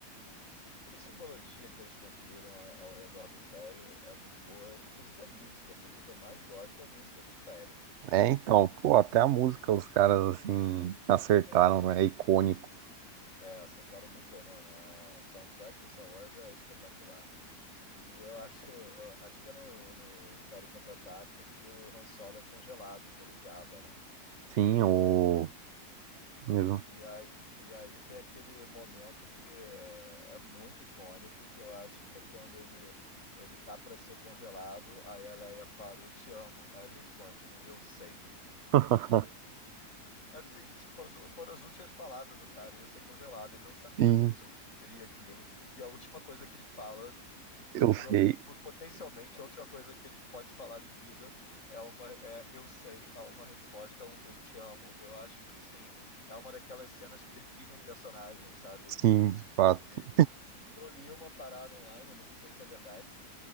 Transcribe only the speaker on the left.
toda a simbologia que eles construíram ao redor do Império é muito boa, inclusive a música. A música que eu mais gosto é a música do Império.
É,
é acertaram muito bem, não? A soundtrack de Star Wars é espetacular. E eu acho, acho que é no, no Império Contra-Ataca que o Han Solo é congelado pelo Jabba, né?
E
É. E aí, e aí tem aquele momento que é é muito icônico, que eu acho que é quando ele ele tá para ser congelado, aí a Leia fala, eu te amo. Aí ele responde, eu sei.
Assim, tipo, as u- foram as últimas palavras do cara, ia ser congelado, ele não sabia
se ele sobreviveria àquilo. E a última coisa que ele fala, que pos-
pro-
por- potencialmente a última coisa que ele pode falar em vida é uma é, eu sei, a uma resposta, um eu te amo. Eu acho que sim, é uma daquelas cenas que define um personagem, sabe?
E, e e eu li uma parada online, não sei se é verdade,